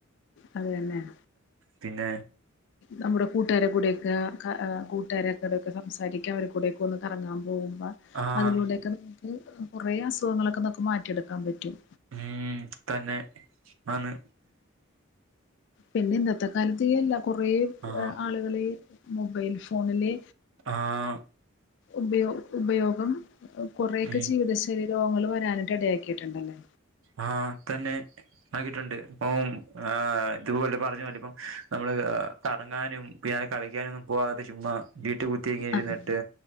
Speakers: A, on the left; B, on the right.
A: അത് തന്നെ
B: പിന്നെ
A: നമ്മുടെ കൂട്ടുകാരെ കൂടെക്കെ കൂട്ടുകാര കൂടെക്കെ സംസാരിക് ക്ക അവരുടെ കൂടെക്ക ഒന്ന് കറങ്ങാൻ പോകുമ്പോ
B: ആഹ്
A: അതിലൂടെയക്ക കുറെ അസുഖങ്ങളൊക്കെ നമക്ക് മാറ്റിയെടുക്കാൻ പറ്റും
B: ഉം തന്നെ ആന്ന്
A: പിന്നെ ഇന്നത്തെ കാലത്തീ അല്ല കുറേ
B: ആഹ്
A: ആളുകളീ മൊബൈൽ ഫോണില്
B: ആഹ്
A: ഉപയൊ ഉപയോഗം കുറേയക്ക
B: ഉം
A: ജീവിതശൈലി രോഗങ്ങൾ വരാനായിട്ട് ഇടയാക്കിയിട്ടുണ്ടല്ലേ
B: ആഹ് തന്നെ ആക്കിട്ടുണ്ട് ഇപ്പോംആ തുപോലെ പറഞ്ഞ പോലെ ഇപ്പ നമ്മള് കറങ്ങാനും പിന്നെ ഞാൻ കളിക്കാനൊന്നും പോകാതെ ചുമ്മാ വീട്ടി പോയ്‌ ത്തിങ്ങി ഇരുന്നിട്ട്
A: ആഹ്